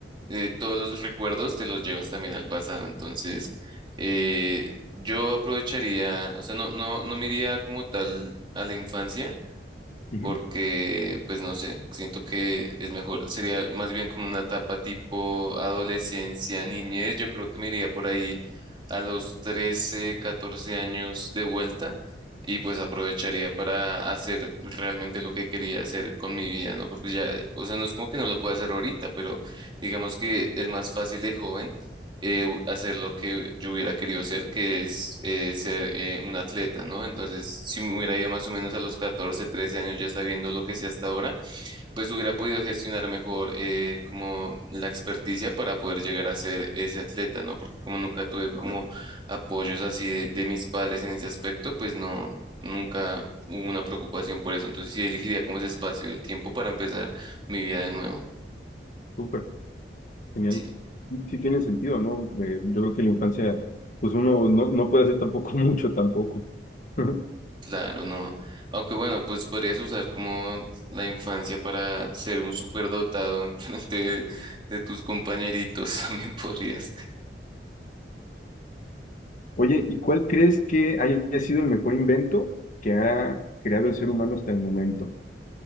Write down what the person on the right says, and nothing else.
eh, todos los recuerdos te los llevas también al pasado. Entonces, eh, yo aprovecharía, o sea, no, no, no me iría como tal a la infancia
porque, pues no sé, siento que es mejor, sería más bien como una etapa tipo adolescencia, niñez, yo creo que me iría por ahí a los trece catorce años de vuelta y pues aprovecharía para hacer realmente lo que quería hacer con mi vida, ¿no? Porque ya, o sea, no es como que no lo pueda hacer ahorita, pero digamos que es más fácil de joven eh, u- hacer lo que yo hubiera querido hacer que es eh, ser eh, un atleta, ¿no? Entonces, si me hubiera ido más o menos a los catorce trece años ya sabiendo lo que sé hasta ahora, pues hubiera podido gestionar mejor eh, como la experticia para poder llegar a ser ese atleta, ¿no? Porque como nunca tuve como apoyos así de, de mis padres en ese aspecto, pues no, nunca hubo una preocupación por eso. Entonces, sí elegiría como ese espacio y el tiempo para empezar mi vida de nuevo.
Sí.
Claro, no. Aunque bueno, pues podrías usar como la infancia para ser un superdotado en <laughs> frente de, de tus compañeritos, <laughs> también podrías.